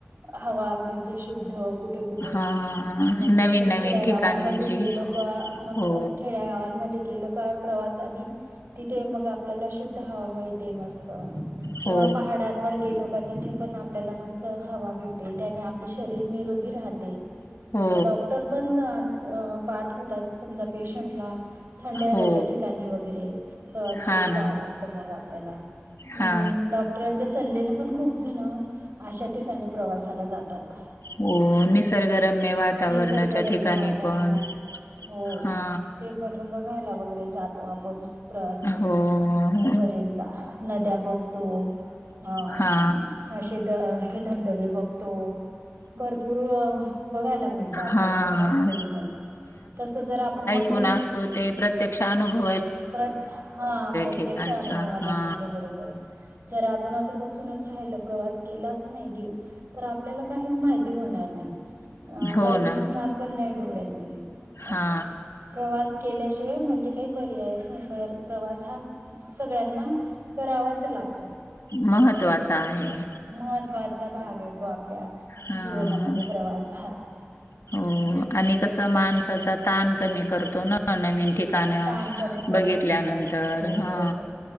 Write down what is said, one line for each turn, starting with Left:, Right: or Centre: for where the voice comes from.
Right: हवा मिळते शुद्ध. कुठे कुठे
Left: हा
Right: म्हणजे
Left: नवीन
Right: असं खेड्यागावांमधून
Left: नवीन ठिकाणची
Right: गेलो का मग
Left: हो
Right: खेड्यागावां मध्ये गेलो काय प्रवास आणि तिथे मग आपल्याला शुद्ध हवा मिळते मस्त. किंवा
Left: हो
Right: पहाडांवर गेलो का तिथे पण आपल्याला मस्त हवा भेट ते त्यांनी आपलं शरीर निरोगी राहते
Left: हो
Right: डॉक्टर पण अं पाठवतात समजा पेशंटला थंड हव्याच्या
Left: हो
Right: ठिकाणी होत रे प्रवास
Left: हा
Right: करून जावं
Left: ना
Right: लागतं मग आपल्याला. हं
Left: हा
Right: डॉक्टरांच्या सल्ल्याने पण खूप जण अशा ठिकाणी प्रवासाला जातात.
Left: हो निसर्गरम्य वातावरणाच्या
Right: निसर्गरम्य
Left: ठिकाणी
Right: वातावरणात
Left: पण...
Right: हो
Left: हा
Right: ते पण बघायला वगैरे जातो आपण. प्रवास करून,
Left: हो हो
Right: बरेचदा नद्या बघतो हं
Left: हा
Right: अशी तर ते धबधबे बघतो. भरपूर बघायला मिळतं आपल्याला
Left: हा
Right: प्रवास करूनच तसं जर आपण मग
Left: कोण असतो ते प्रत्यक्ष अनुभव
Right: प्रत हा प्रत्यक्ष
Left: ठिकाणच
Right: अनुभवाला
Left: हा
Right: मिळतो बरोबर. जर आपण असं बसूनच राहिलो, प्रवास केलाच नाही जी तर आपल्याला काहीच माहिती होणार नाही. अ
Left: हो
Right: काही
Left: ना
Right: दिसणार पण नाही डोळ्यांनी
Left: हा
Right: असं प्रवास केल्याशि ते म्हणजे काही.. पर्यायच नाहीतर, प्रवास हा सगळ्यांना करावाच लागतो.
Left: महत्त्वाचा आहे.
Right: महत्त्वाचा भाग आहे तो आपल्या,
Left: हा
Right: जीवनामध्ये प्रवास हा...
Left: हो
Right: हम्म.
Left: आणि कस माणसाचा ताण कमी करतो ना नवीन ठिकाणी.. न
Right: ताण कमी करतो
Left: बघितल्यानंतर
Right: प्रवास हो
Left: ह...
Right: बरोबर